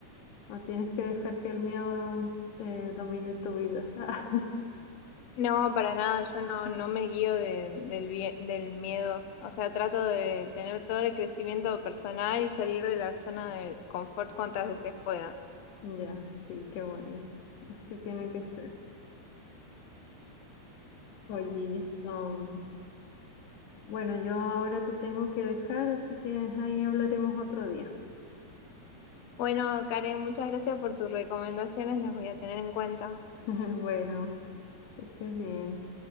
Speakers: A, on the left; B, on the left.
A: No tienes que dejar que el miedo eh, domine tu vida. <laughs>
B: No, para nada, yo no, no me guío de- del, vie- del miedo. O sea, trato de tener todo el crecimiento personal y salir de la zona de confort cuantas veces pueda.
A: Ya, sí, qué bueno. Así tiene que ser. Oye, esto. Bueno, yo ahora te tengo que dejar, así que ahí hablaremos otro día.
B: Bueno, Karen, muchas gracias por tus recomendaciones, las voy a tener en cuenta.
A: <laughs> Bueno. Que Estés bien.